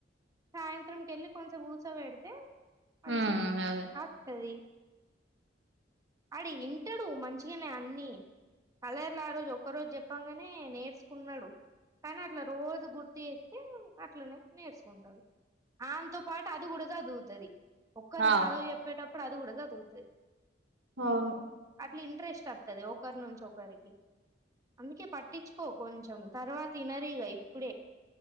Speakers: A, on the right (about 20°); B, on the right (about 80°).
A: సాయంత్రంక వెళ్ళి కొంచెం ఊసో పెడితే మంచిగా
B: ఉమ్ అదే
A: అతుది ఆడి వింటాడు మంచిగానే అన్నిీ కలర్లో ఆ రోజు ఒక్క రోజు చెప్పంగానే నేర్ నేర్చకున్నాడు కానీ అట్లా రోజు గుర్తు ఎతే అట్లనే నేర్చుకుంటాడు ఆతో పాటు అది కూడాగా చదువుతుది ఒక్కరు
B: ఆ
A: చదువు చెప్పేటప్పుడు అది కూడా చదువుతుంది
B: అవును
A: అట్లా ఇంట్రెస్ట్ వస్తుది ఒకరి నుంచి ఒకరికి అందుకే పట్టించుకో కొంచెం తర్వాత సినరీగా ఇప్పుడ